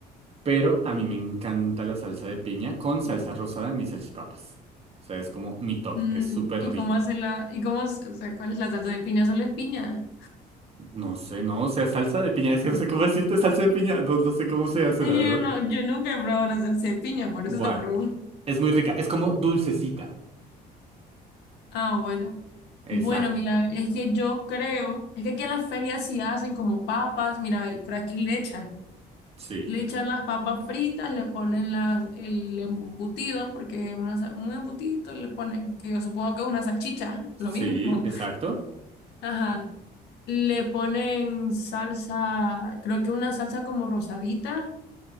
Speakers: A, on the right; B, on the left.
A: pero a mí me encanta la salsa de piña con salsa rosada en mis salchipapas. O sea, es como mi top,
B: Mm,
A: es súper
B: ¿y
A: rico.
B: cómo hace la, y cómo, s- o sea, cuál es la salsa de piña? ¿Solo es piña?
A: No sé, no, o sea, salsa de piña, es que no sé cómo decirte salsa de piña, no, no sé cómo
B: <laughs>
A: se hace,
B: Es
A: la verdad.
B: que Yo no, yo nunca he probado una salsa de piña, por
A: Buah,
B: eso te pregunto.
A: es muy rica, es como dulcecita.
B: Ah, bueno.
A: Exacto.
B: Bueno, mira, es que yo creo, es que aquí en las ferias sí hacen como papas, mira, el- por aquí le echan,
A: Sí.
B: le echan las papas fritas, le ponen las, el embutido, porque una, sa- un embutito le ponen, que yo supongo que es una salchicha,
A: Sí,
B: lo mismo.
A: exacto.
B: Ajá. Le ponen salsa, creo que una salsa como rosadita